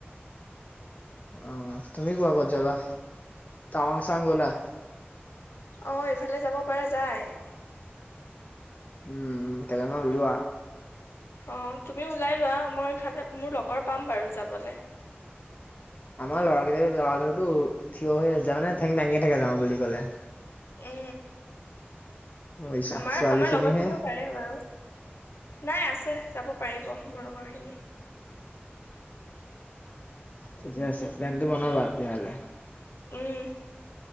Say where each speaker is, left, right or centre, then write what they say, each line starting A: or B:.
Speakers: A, on the left; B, on the left.
A: অ তুমি কোৱা ক'ত যাবা তাৱাং চাৱাং গলা?
B: অ ইফালে যাব পাৰা যায়।
A: উম উম কেজনমান উলোৱা।
B: অ তুমি ওলাই লোৱা মই ইফালে মোৰ লগৰ পাম বাৰু যাবলে।
A: আমাৰ ল'ৰাগিতাই ল'ৰাধুৰটো ঠিয় হৈ আছে জামানে ঠেং দাঙিয়ে থাকে যাওঁ বুলি ক'লে।
B: এ।
A: বুজিছা
B: আমাৰ
A: ছোৱালী
B: আমাৰ
A: খিনিহে
B: লগৰখিনিও পাৰে বাৰু নাই আছে যাব পাৰিব মোৰ লগৰ। উম।
A: ঠিকে আছে প্লেনটো বনাবা তেতিয়া হ'লে।
B: উম।